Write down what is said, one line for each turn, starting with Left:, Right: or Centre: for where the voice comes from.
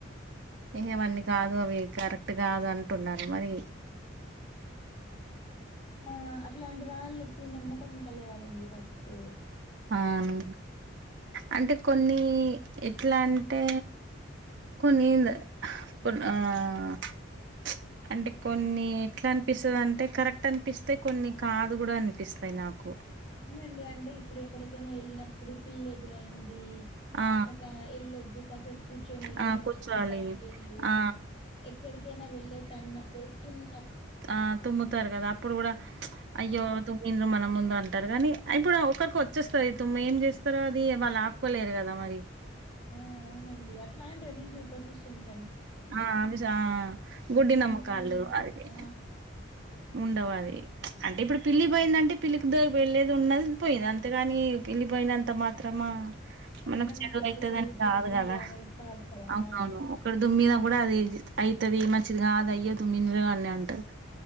Right: ఎహే అవన్నీ కాదు అవి కరెక్ట్ కాదు అంటున్నారు మరి.
Left: ఆహ్ అట్లాంటి వాళ్ళకు నమ్మకం కలగలండి ఫస్ట్.
Right: అవును అంటే కొన్ని ఎట్లా అంటే. కొన్ని నేనుద కోన్న ఆహ్ ప్చ్. అంటే కొన్ని ఎట్లా అనిపిస్తుంది అంటే కరెక్ట్ అనిపిస్తే కొన్ని కాదు కూడా అనిపిస్త. కై నాకు.
Left: అవునండి అంటే ఇప్పుడు ఎక్కడికైనా వెళ్ళినప్పుడు పిల్లి ఎదురైంది.
Right: ఆ
Left: అగా వెళ్ళోద్దు కాసేపు. కూర్చొని వెళ్ళు
Right: ఆ
Left: మంచి
Right: కూర్చోవాలి
Left: నీళ్లు తాగేళ్ళు
Right: ఆ
Left: ఎక్కడికైనా వెళ్ళే తన్న వెళ్తున్న.
Right: ఆహ్ తుమ్ముతారు కదా అప్పుడు కూడా ప్చ్
Left: ఆ!
Right: అయ్యో తుమ్మిండ్రు మన ముంద. అంటారు కానీ ఇప్పుడు ఒకరికి వచ్చేస్తది తుమ్ము ఏం చేస్తారో అది వాళ్ళు ఆపుకోలేరు కదా మరి.
Left: ఆహ్ అవునండి అట్లాంటివని సూపర్సిస్టెన్స.
Right: ఆహ్ అవి గుడ్డి
Left: కొన్ని
Right: నమ్మకాలు అది.
Left: ఆ!
Right: ఉండవు అది ప్చ్ అంటే ఇప్పుడు పిల్లి పోయిందంటే పిల్లికి ద వెళ్ళేది ఉన్నది పోయింది అంతేగాని. పోయినంత మాత్రమా.
Left: అది
Right: మనకు
Left: మనకి
Right: చదువు
Left: చెడ్డ
Right: అవుతుందని
Left: జరుగుతుంది
Right: కాదు కదా
Left: అనేది కాదు కదా!
Right: అవునవును
Left: ఆ!
Right: ఒకడ దుమ్మిన కూడా అది అయితది మంచిది కాదు అది అయ్యదు మిన అన్ని అంటారు